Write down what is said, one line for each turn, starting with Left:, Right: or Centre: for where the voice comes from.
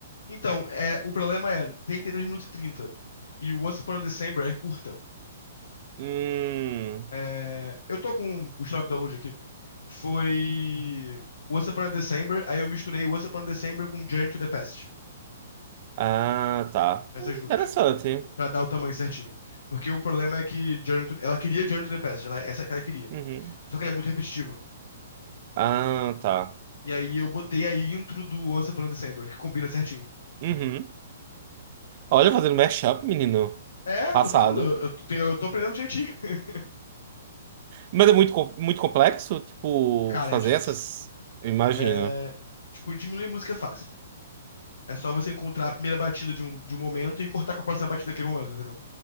Left: Então, é, o problema é, tem que ter 3 minutos e 30. E o Once Upon a December é curta.
Right: Hum.
Left: É, eu tô com o estoque do download aqui. Foi Once Upon a December, aí eu misturei Once Upon a December com Journey to the Past.
Right: Ah, tá.
Left: Essas
Right: Hum,
Left: duas.
Right: Interessante.
Left: Pra dar o tamanho certinho. Porque o problema é que Journey to- ela queria Journey to the Past, ela, é, essa é que ela queria.
Right: Uhum.
Left: Só que ela é muito repetitiva.
Right: Ah, tá.
Left: E aí eu botei a intro do Once Upon a December, que combina certinho.
Right: Uhum.
Left: Entendeu?
Right: Olha, fazendo mashup, menino.
Left: É,
Right: Façado.
Left: eu tô falando, eu, eu tô eu tô aprendendo direitinho. <laughs>
Right: Mas é muito, com- muito complexo, tipo,
Left: Cara,
Right: fazer
Left: é difícil.
Right: essas. Eu imagino.
Left: É, tipo, diminuir música é fácil. É só você encontrar a primeira batida de um, de um momento e cortar com a próxima batida daquele momento, entendeu?